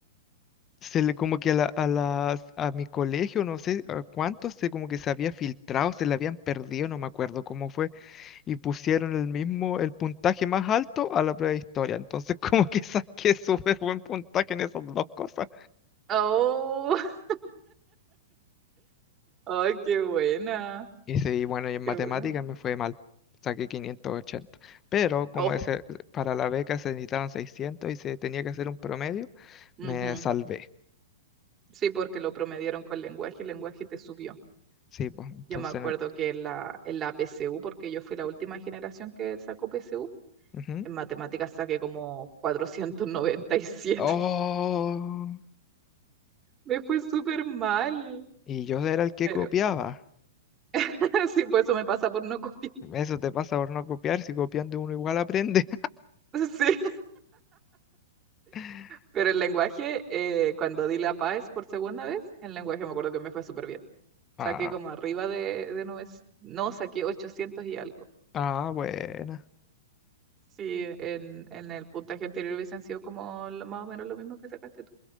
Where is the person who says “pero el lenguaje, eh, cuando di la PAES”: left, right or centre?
Right